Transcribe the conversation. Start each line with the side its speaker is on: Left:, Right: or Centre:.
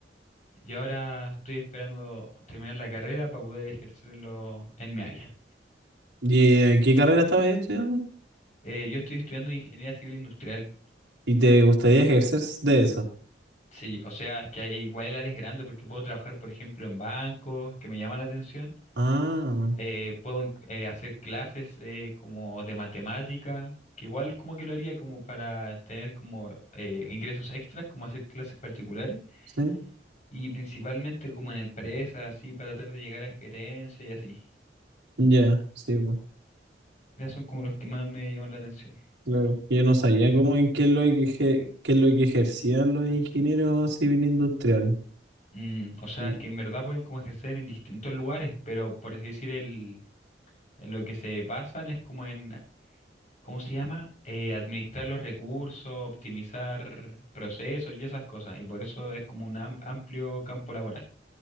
Left: Y ahora estoy esperando terminar la carrera para poder ejercerlo en mi área.
Right: ¿Y eh, qué carrera estabas estudiando?
Left: Eh, yo estoy estudiando ingeniería civil industrial.
Right: ¿Y te gustaría ejercer de eso?
Left: Sí, o sea, es que hay- igual el área es grande porque puedo trabajar, por ejemplo, en bancos, que me llama la atención.
Right: Ah,
Left: Eh, puedo inc- eh, hacer clases eh, como de matemática, que igual como que lo haría como para tener como eh, ingresos extras, como hacer clases particulares.
Right: sí.
Left: Y principalmente como en empresas, así, para tratar de llegar a gerencia y así.
Right: Ya, sí, pues.
Left: Esos son como los que más me llaman la atención.
Right: Claro. Yo no sabía cómo en qué es lo que, eje- qué es lo que ejercían los ingenieros civiles industriales.
Left: Mm, o sea,
Right: Mm.
Left: es que en verdad pueden como ejercer en distintos lugares, pero por así decir, el, en lo que se basan es como en, ¿cómo se llama? Eh, administrar los recursos, optimizar procesos y esas cosas. Y por eso es como un am- amplio campo laboral.